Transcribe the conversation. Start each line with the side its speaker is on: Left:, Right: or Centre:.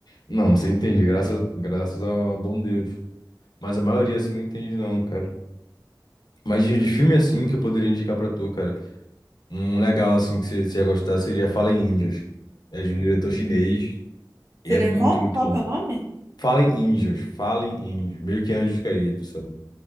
Left: Não, você entende, graças, graças ao bom Deus. Mas a maioria, assim, não entende, não, cara. Mas de,
Right: Hum.
Left: de filme assim que eu poderia indicar pra tu, cara. Um legal assim que você você ia gostar seria Fallen Angels. É de um diretor chinês e
Right: Seria
Left: é muito,
Right: como?
Left: muito
Right: Qual
Left: bom.
Right: que é o nome?
Left: Fallen Angels, Fallen Angels, meio que anjos caídos, sabe?